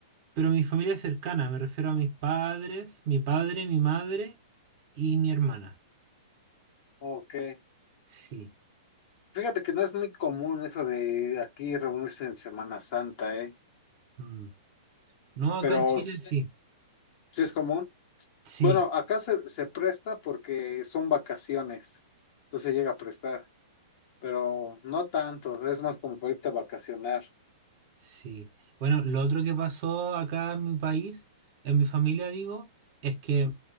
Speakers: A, on the right (about 40°); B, on the left (about 45°).
A: pero mi familia cercana, me refiero a mis padres, mi padre, mi madre y mi hermana.
B: Ok.
A: Sí.
B: Fíjate que no es muy común eso de aquí reunirse en Semana Santa, ¿eh?
A: Mm. No, acá
B: Pero
A: en Chile
B: s-
A: sí.
B: sí es común.
A: Sí.
B: Bueno, acá se, se presta porque son vacaciones, entonces llega a prestar, pero no tanto, es más como para irte a vacacionar.
A: Sí. Bueno, lo otro que pasó acá en mi país, en mi familia digo, es que